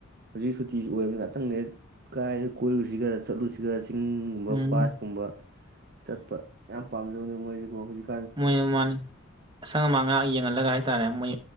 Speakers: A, on the right; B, on the right.
A: ꯍꯨꯖꯤꯛ ꯁꯨꯇꯤꯁꯤ ꯑꯣꯏꯕꯅꯤ ꯉꯥꯛꯇꯪ <unintelligible> ꯀꯥꯏꯗ ꯀꯣꯏꯔꯨꯁꯤꯒ ꯆꯠꯂꯨꯁꯤꯒ ꯆꯤꯡꯒꯨꯝꯕ
B: ꯎꯝ
A: ꯄꯥꯠ ꯀꯨꯝꯕ ꯆꯠꯄ ꯌꯥꯝ ꯄꯥꯝ <unintelligible> <inaudible>
B: ꯃꯥꯅꯤ ꯃꯥꯅꯤ ꯑꯁꯪ ꯑꯃꯥꯟ <unintelligible> ꯌꯦꯡꯍꯜꯂꯒ ꯍꯥꯏ ꯍꯥꯏꯇꯥꯔꯦ ꯃꯣꯏ